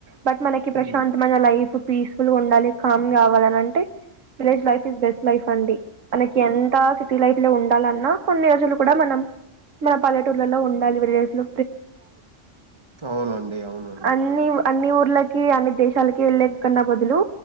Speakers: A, on the right (about 85°); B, on the right (about 20°).
A: బట్ మనకి ప్రశాంతమైన
B: ఉమ్
A: లైఫ్ పీస్ఫుల్గా ఉండాలి కామ్ కావాలని అంటే village life is best life అండి. మనకి ఎంత సిటీ లైఫ్ లో ఉండాలన్నా కొన్ని రోజులు కూడా మనం మన పల్లెటూర్లలో ఉండాలి విలేజ్ లో.
B: అవునండి, అవును.
A: అన్నీ, అన్నీ ఇలకి అన్ని దేశాలకి వెళ్ళే కన్నా బదులు.